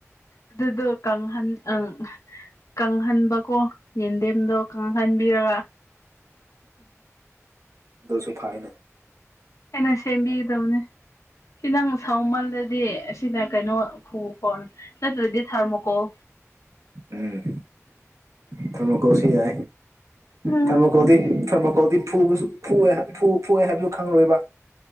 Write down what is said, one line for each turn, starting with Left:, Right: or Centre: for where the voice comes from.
Left: ꯑꯗꯨꯗꯣ ꯀꯪꯍꯟ ꯑ ꯀꯪꯍꯟꯕꯀꯣ ꯌꯦꯟꯗꯦꯝꯗꯣ ꯀꯪꯍꯟꯕꯤꯔꯒ <inaudible>
Right: ꯑꯗꯨꯁꯨ ꯐꯥꯏꯅꯦ
Left: ꯑꯩꯅ ꯁꯦꯝꯕꯤꯒꯗꯕꯅꯦ ꯁꯤ ꯅꯪ ꯁꯥꯎꯃꯜꯗꯗꯤ ꯑꯁꯤꯅ ꯀꯩꯅꯣ ꯐ ꯈꯣ ꯅꯠꯇ꯭ꯔꯗꯤ ꯊꯥꯔꯃꯣꯀꯣꯜ
Right: ꯎꯝ ꯊꯔꯃꯣꯀꯣꯁꯤ ꯌꯥ
Left: ꯎꯝ
Right: ꯊꯔꯃꯣꯀꯣꯁꯤ ꯐꯔ ꯃꯈꯣꯛꯗꯤ ꯐꯨꯁꯨ ꯐ ꯐꯨꯑꯦ ꯍꯥꯏꯕꯁꯨ ꯈꯪꯂꯣꯏꯕ